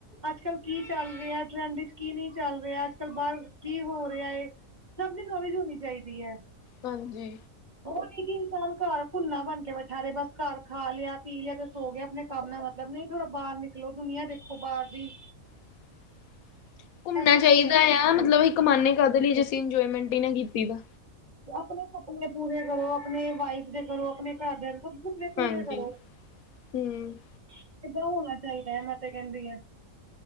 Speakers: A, on the right; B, on the left.
A: ਅੱਜ ਕੱਲ ਕੀ ਚੱਲ ਰਿਹਾ, ਟਰੈਂਡ ਵਿੱਚ ਕੀ ਕੀ ਨਹੀਂ ਚੱਲ ਰਿਹਾ, ਅੱਜ ਕੱਲ੍ਹ ਬਾਹਰ ਕੀ ਹੋ ਰਿਹਾ ਐ, ਸਭ ਦੀ ਨੌਲੇਜ ਹੋਣੀ ਚਾਹੀਦੀ ਐ।
B: ਹਾਂਜੀ।
A: ਉਹ ਇਕ ਇਨਸਾਨ ਘਰ ਭੁੰਨਾ ਬਣ ਕੇ ਬੈਠਾ ਰਹੇ, ਬਸ ਘਰ ਖਾ ਲਿਆਂ ਪੀ ਲਿਆ ਤੇ ਸੋ ਗਿਆ, ਆਪਣੇ ਕੰਮ ਨਾਲ ਮਤਲਬ ਨਹੀਂ ਥੋੜਾ ਬਾਹਰ ਨਿਕਲੋ, ਦੁਨੀਆਂ ਦੇਖੋ ਬਾਹਰ ਦੀ
B: <unintelligible> ਘੁੰਮਣਾ
A: ਐਸਾ
B: ਚਾਹੀਦਾ
A: ਨਹੀਂ ਹੋਣਾ
B: ਆ,
A: ਹੈ
B: ਮਤਲਬ ਅਸੀਂ ਕਮਾਉਨੇ ਕਾਹਦੇ ਲਈ, ਜੇ ਅਸੀਂ ਇੰਜੋਏਮੈਂਟ ਹੀ ਨਾ ਕੀਤੀ ਤਾਂ।
A: ਆਪਣੇ ਸੁਪਨੇ ਪੂਰੇ ਕਰੋ, ਆਪਣੇ ਵਾਈਫ ਦੇ ਕਰੋ, ਆਪਣੇ ਘਰਦਿਆਂ ਦੇ ਸੁਪਨੇ ਪੂਰੇ
B: ਹਾਂਜੀ।
A: ਕਰੋ,
B: ਹੂੰ।
A: ਕਿੱਦਾਂ ਹੋਣਾ ਚਾਹੀਦਾ, ਮੈਂ ਤੇ ਕਹਿੰਦੀ ਆ।